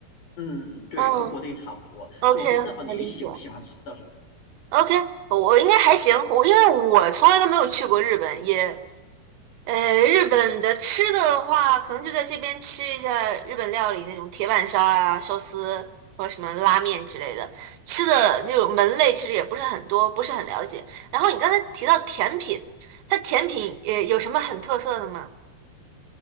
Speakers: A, on the left (about 50°); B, on the right (about 85°).
A: 嗯，对，
B: 嗯
A: 和国内差不多。
B: ，OK，
A: 就我不知道你喜不喜欢吃这种
B: 我理解。OK，我应该还行，我因为我从来都没有去过日本，也。呃，日本的吃的的话，可能就在这边吃一下日本料理那种铁板烧啊、寿司或者什么拉面之类的。吃的那种门类其实也不是很多，不是很了解。然后你刚才提到甜品，它甜品也有什么很特色的吗